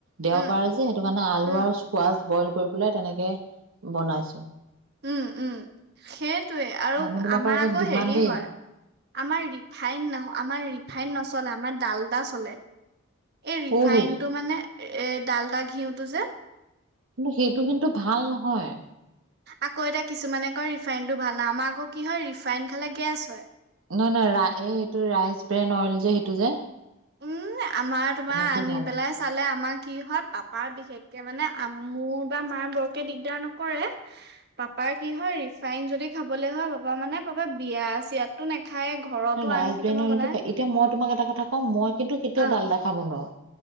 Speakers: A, on the right; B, on the right.
A: দেওবাৰে
B: উম
A: যে সেইটো কাৰণে আলু
B: উম
A: আৰু চুৱাজ বইল কৰি পেলাই তেনেকে বনাইছো।
B: উম উম সেই তোয়ে, আৰু
A: মানুহ বিলাকৰ
B: আমাৰ
A: একে
B: আক
A: ডিমাণ্ড
B: হেৰি
A: দেই
B: হয় আমাৰ ৰিফাইন ন আমাৰ ৰিফাইন নচলে আমাৰ ডালডা চলে চলে এই
A: সৌহি
B: ৰিফাইনটো মানে এ ডালডা ঘিউতো যে
A: কিন্তু সেইটো কিন্তু ভাল নহয়।
B: আকৌ এতিয়া কিছুমানে কয় ৰিফাইনটো ভাল নাই আমাৰ আকৌ কি হয় ৰিফাইন খালে গেছ হয়।
A: নহয় নহয় ৰা এই এইটো ৰাইজ অয়েল যে সেইটো যে
B: উম আমাৰ তোমাৰ
A: সেইটো
B: আনি
A: ভাল
B: পেলাই চালে আমাক কি হয় পাপাৰ বিশেষকে মানে মোৰ বা মাৰ বৰকে দিগদাৰ নকৰে পাপাৰ কি হয় ৰিফাইন যদি খাবলৈ হয় পাপা মানে পাপা বিয়া চিয়াতো নেখা খাই ঘৰতো
A: ৰাইচ
B: আনকি
A: ব্ৰেন
B: তোমাৰ
A: অইলটো
B: বনাই
A: এতিয়া মই তোমাক এটা কথা কওঁ মই কিন্তু কেতিয়াও
B: অ
A: ডালডা খাব নোৱাৰোঁ,